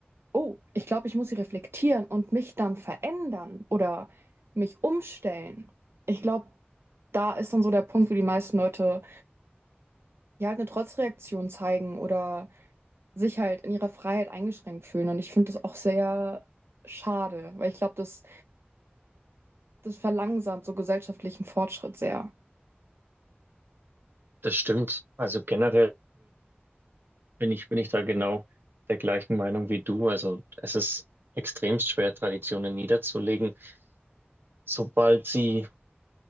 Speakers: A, on the right; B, on the right.
A: Oh, ich glaube, ich muss sie reflektieren und mich dann verändern oder mich umstellen. Ich glaube, da ist dann so der Punkt, wo die meisten Leute ja halt eine Trotzreaktion zeigen oder sich halt in ihrer Freiheit eingeschränkt fühlen. Und ich finde das auch sehr schade, weil ich glaube, das, das verlangsamt so gesellschaftlichen Fortschritt sehr.
B: Das stimmt. Also generell bin ich, bin ich da genau der gleichen Meinung wie du. Also es ist extremst schwer, Traditionen niederzulegen, sobald sie,